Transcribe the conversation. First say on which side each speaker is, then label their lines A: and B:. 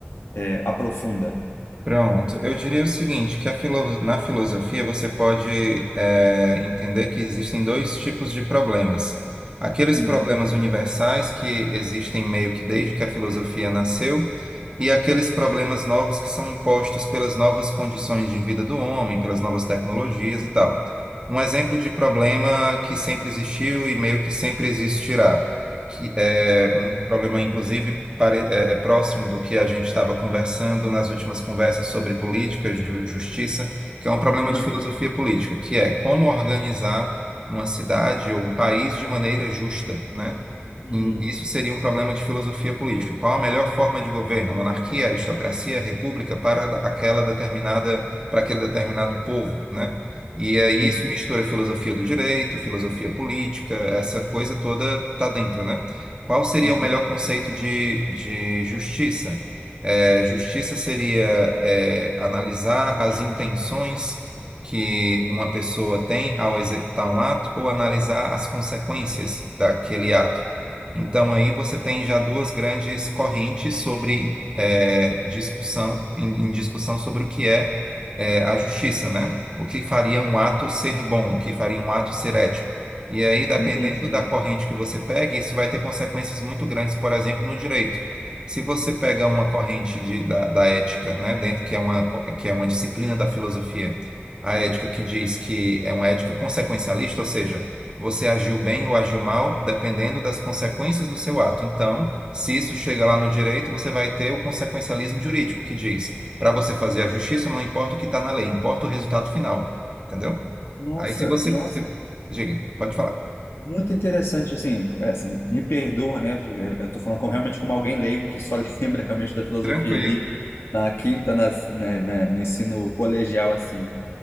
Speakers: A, on the left (about 80°); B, on the right (about 25°).
A: é, aprofunda?
B: Pronto, eu diria o seguinte, que a filo- na filosofia você pode eh, entender que existem dois tipos de problemas. Aqueles
A: Uhum.
B: problemas universais que existem meio que desde que a filosofia nasceu, e aqueles problemas novos que são impostos pelas novas condições de vida do homem, pelas novas tecnologias e tal. Um exemplo de problema que sempre existiu e meio que sempre existirá que é um problema, inclusive, pare- é, é próximo do que a gente estava conversando nas últimas conversas sobre política, de justiça, que é um problema
A: Uhum.
B: de filosofia política, que é como organizar uma cidade ou um país de maneira justa, né?
A: Uhum.
B: Em- Isso seria um problema de filosofia política. Qual a melhor forma de governo? Monarquia, aristocracia, república para aquela determinada, para aquele determinado povo, né? E aí
A: Uhum.
B: isso mistura filosofia do direito, filosofia política, essa coisa toda tá dentro, né? Qual seria
A: Entendi.
B: o melhor conceito de, de justiça? Eh, justiça seria, eh, analisar as intenções que uma pessoa tem ao executar um ato ou analisar as consequências daquele ato. Então, aí você tem já duas grandes correntes sobre, eh, discussão, em, em discussão sobre o que é, eh, a justiça, né? O que faria um ato ser bom, o que faria um ato ser ético. E aí, dependendo
A: Entendi.
B: da corrente que você pega, isso vai ter consequências muito grandes, por exemplo, no direito. Se você pega uma corrente de- da, da ética, né, dentro que é uma, co- que é uma disciplina da filosofia, a ética que diz que é uma ética consequencialista, ou seja, você agiu bem ou agiu mal, dependendo das consequências do seu ato. Então, se isso chega lá no direito, você vai ter o consequencialismo jurídico, que diz, para você fazer a justiça, não importa o que está na lei, importa o resultado final. Entendeu?
A: Nossa,
B: Aí, se você.
A: nossa,
B: se- Diga, pode falar.
A: muito interessante, assim, é, assim, me perdoa, né, eu tô falando com, realmente como alguém leigo que só <laughs> lembra realmente da filosofia
B: Tranquilo,
A: ali na quinta, na, na- né, no ensino colegial, assim,